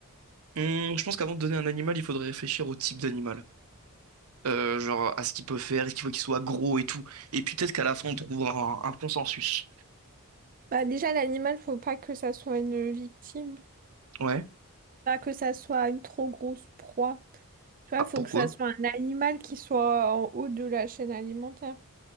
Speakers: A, on the right (about 70°); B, on the right (about 40°).
A: Hum, je pense qu'avant de donner un animal, il faudrait réfléchir au type d'animal. euh, genre à ce qu'il peut faire, est-ce qu'il faut qu'il soit gros et tout. Et puis peut-être qu'à la fin, on trouvera un, un consensus.
B: Bah déjà, l'animal, faut pas que ça soit une victime.
A: Ouais.
B: Pas que ça soit une trop grosse proie. Tu vois,
A: Ah,
B: faut
A: pourquoi?
B: que ça soit un animal qui soit en haut de la chaîne alimentaire.